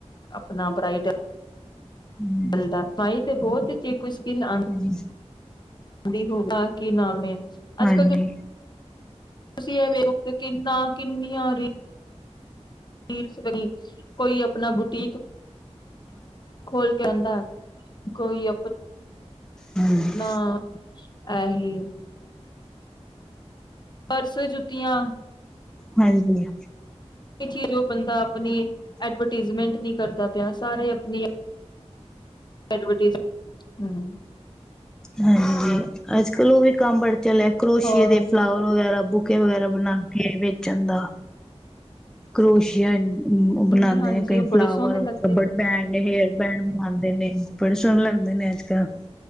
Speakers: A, on the left; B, in the centre.
A: ਆਪਣਾ ਬਰਾਇਟ
B: ਹੂੰ
A: ਚਲਦਾ ਪਾਈ ਤੇ ਬਹੁਤ ਹੀ ਚੀ ਕੋਈ ਸਕਿਨ ਆਨ
B: ਹਾਂਜੀ
A: <unintelligible> ਹੋਗਾ ਕੀ ਨਾਮ ਏ?
B: ਹਾਂਜੀ।
A: ਅੱਜ ਕੱਲ ਤੁਸੀਂ ਏਹ ਵੇਖੋ ਤੇ ਕਿੰਨਾ ਕਿੰਨੀਆਂ ਰੀਲ਼ਸ, ਕੋਈ ਆਪਣਾ ਬੁਟੀਕ ਖੋਲ ਕੇ ਆਂਦਾ, ਕੋਈ ਆਪਣਾ
B: ਹਾਂਜੀ।
A: ਐਹੀ ਪਰਸ, ਜੁੱਤੀਆਂ।
B: ਹਾਂਜੀ।
A: ਚੀਜ ਉਹ ਬੰਦਾ ਆਪਣੀ ਐਡਵਰਟੀਜ਼ਮੈਂਟ ਨੀ ਕਰਦਾ ਪਿਆ, ਸਾਰੇ ਆਪਣੀ ਐਡਵਰਟੀਜ਼, ਹਮ।
B: ਹਾਂਜੀ, ਅੱਜ ਕਲ ਉਹ ਵੀ ਕੰਮ ਬੜੇ ਚਲ ਏ ਕਰੋਸ਼ੀਏ
A: ਹੋਰ
B: ਦੇ ਫਲਾਵਰ ਵਗੈਰਾ ਬੁਕੇ ਵਗੈਰਾ ਬਣਾ ਕੇ ਵੇਚਣ ਦਾ। ਕਰੋਸ਼ੀਆ ਬਣਾਉਂਦੇ
A: ਹਾਂਜੀ ਹਾਂਜੀ
B: ਨੇ, ਕਈ
A: ਉਹ ਬੜੇ
B: ਫਲਾਵਰ,
A: ਸੋਹਣੇ ਲੱਗਦੇ
B: ਰੱਬੜ ਬੈਂਡ। ਨੇਹੇਅਲ ਬੈੰਡ ਬਣਾਉਂਦੇ ਨੇ, ਬੜੇ ਸੋਹਣੇ ਲੱਗਦੇ ਨੇ ਅੱਜ ਕੱਲ।